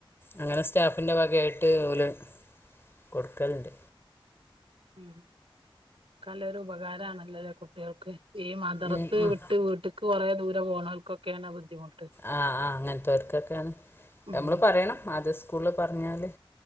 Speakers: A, on the left; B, on the right.
A: അങ്ങനെ സ്റ്റാഫിൻ്റെ വകയായിട്ട് ഓല് കൊടുക്കലൊണ്ട്.
B: ഉം ഇക്കാലൊരു ഉപകാരമാണല്ലോല്ലേ കുട്ടികൾക്ക്. ഈ മദ്രാസ്
A: ഉം ഉം
B: വിട്ട് വീട്ടക്ക് കുറേ ദൂരെ പോണോൽക്കൊക്കെയാണ് ബുദ്ധിമുട്ട്
A: ആഹ് ആഹ് അങ്ങനതൊർകന്നേ അതൊക്കെയണ്
B: ഉം
A: നമ്മള് പറയണം ആദ്യ സ്കൂൾ പറഞ്ഞാല്